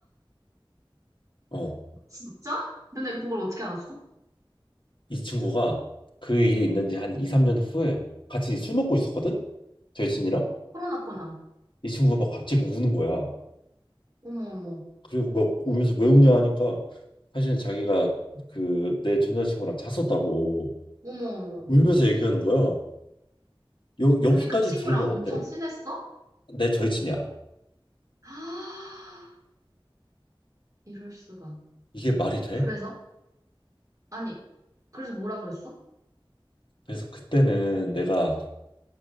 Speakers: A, on the left; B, on the right.
A: 어.
B: 진짜? 근데 그걸 어떻게 알았어?
A: 이 친구가 그 일이 있는 지 한 2, 3년 후에 같이 술 먹고 있었거든? 절친이랑?
B: 코어나구나
A: 이 친구가 막 갑자기 우는 거야.
B: 어머, 어머,
A: 그리고 막 울면서 왜 우냐 하니까 사실은 자기가 그 내 전 여자친구랑 잤었다고
B: 어머, 어머, 어머.
A: 울면서 얘기하는 거야. 여, 여기까지
B: 근데 그 친구랑
A: 들으면
B: 엄청
A: 어때?
B: 친했어?
A: 내 절친이야.
B: <gasps> 아, 이럴 수가.
A: 이게 말이 돼?
B: 그래서? 아니, 그래서 뭐라 그랬어?
A: 그래서 그때는 내가